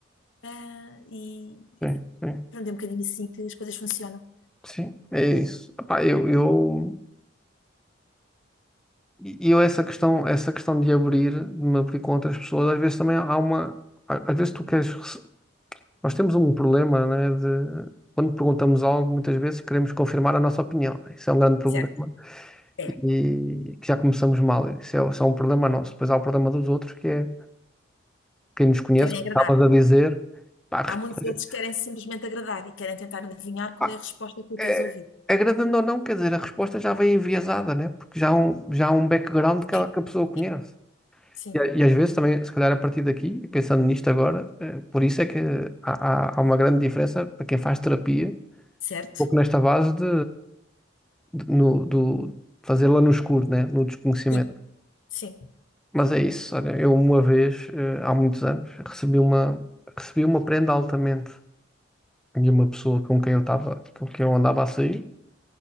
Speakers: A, on the left; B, in the centre.
A: Ah, e,
B: Sim, sim.
A: Pronto, é um bocadinho assim que as coisas funcionam.
B: Sim, é isso. Epá, eu, eu... E e eu essa questão, essa questão de abrir, de me abrir com outras pessoas, às vezes também há uma, às vezes tu queres, rece- nós temos um problema, né, de quando perguntamos algo, muitas vezes queremos confirmar a nossa opinião, né? Isso é um grande problema
A: Certo. É.
B: e que já começamos mal, isso é só um problema nosso. Depois há o problema dos outros, que é quem nos conhece,
A: Querem
B: como
A: agradar.
B: estavas a dizer, pá, a resposta-
A: Há muitos outros que querem simplesmente agradar e querem tentar adivinhar
B: pá,
A: qual é a resposta que tu
B: é-
A: queres ouvir.
B: agradando ou não, quer dizer, a resposta já vem enviesada, né? Porque já há um, já há um background que,
A: Sim.
B: ela, que a pessoa conhece.
A: Sim. Sim.
B: E, a- e às vezes também, se calhar a partir daqui, e pensando nisto agora, eh, por isso é que há, há, há uma grande diferença para quem faz terapia, um
A: Certo?
B: pouco nesta base de, de- no, do fazê-la no escuro, né? No desconhecimento.
A: Sim. Sim.
B: Mas é isso, olha, eu uma vez, eh, há muitos anos, recebi uma, recebi uma prenda altamente de uma pessoa com quem eu estava, com quem eu andava a sair,